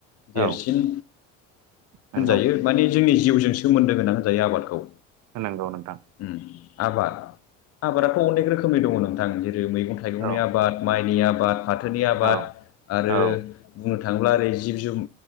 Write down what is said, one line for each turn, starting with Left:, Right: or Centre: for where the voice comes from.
Left: देरसिन
Right: औ नंगौ
Left: होनजायो माने जोंनि जिउजों सोमोन्दो गोनां होनजायो आबादखौ
Right: नंगौ नोथां
Left: उम आबाद आबादाथ' अनेक रोखोमनि दङ नोंथां जेरै मैगं थाइगंनि
Right: औ
Left: आबाद माइनि आबाद फाथोनि आबाद
Right: औ
Left: आरो
Right: औ
Left: बुंनो थ थांब्ला ओरै जिब जुन